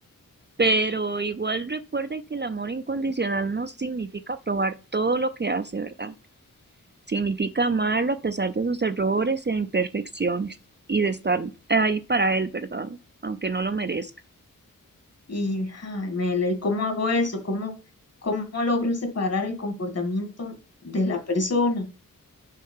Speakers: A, on the right (about 30°); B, on the left (about 45°).
A: Pero igual recuerde que el amor incondicional no significa aprobar todo lo que hace, ¿verdad? Significa amarlo a pesar de sus errores e imperfecciones y de estar ahí para él, ¿verdad? Aunque no lo merezca.
B: y ay, Mela, ¿y cómo hago eso? ¿Cómo, cómo logro separar el comportamiento de la persona?